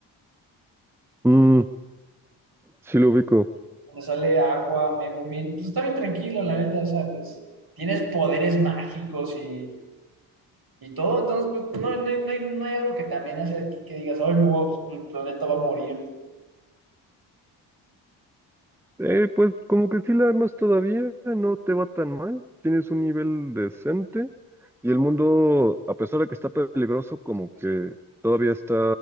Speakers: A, in the centre; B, on the right.
A: Mm, sí lo ubico.
B: Donde sale Aqua, Megumin. Pues está bien tranquilo, la neta. O sea, pues. Tienes poderes mágicos y, y todo. Entonces, pues, no, no, no hay, no hay algo que también hace que, que digas, ay, me voy el planeta va a morir.
A: Eh, pues como que sí la armas todavía, no te va tan mal. Tienes un nivel decente y el mundo, a pesar de que está peligroso, como que todavía está